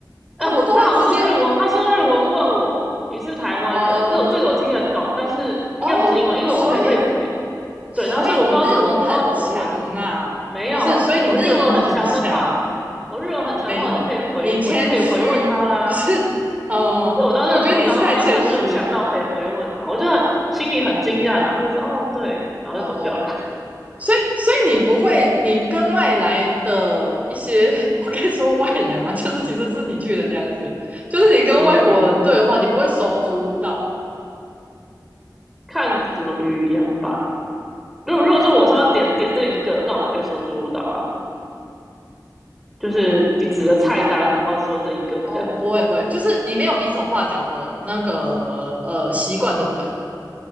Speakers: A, on the right (about 20°); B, in the centre.
A: 哎，
B: 呃啊，
A: 我都会直接，
B: 他好像是用日文，他是用日文问我你是台湾人，
A: 哦
B: 这我这个我听得懂，但是应该不是英文，
A: 哦，
B: 因为我会会回。
A: 所以所以你日文很强啊，
B: 对，然后所以我不知道怎么，我不知道怎么问。没有，
A: 不是？所以你日文很强。
B: 我日文很强的话，我日文很强的话，
A: 没有，
B: 我就可以回，
A: 你谦虚，
B: 我就可以回问他啦。
A: 就是呃，
B: 我当下我当我当下没有强到可以回问他，
A: 我觉得你是太谦虚了
B: 我就心里很惊讶，然后就说哦对，然后就走掉了。
A: 哦。所以，所以你不会，你跟外来的一些，<laughs> 我该说外来嘛，就是其实是你去人家那边，就是你跟外国人对话，
B: 嗯，
A: 你不会手足舞蹈吗
B: 看怎么语言吧。如果如果说我说要点点这一个，那我就可以说足舞蹈啊，就是指着菜单，然后说这一个这样
A: 哦，不会不会，就是你没有比手画脚的那个呃习惯，对不对？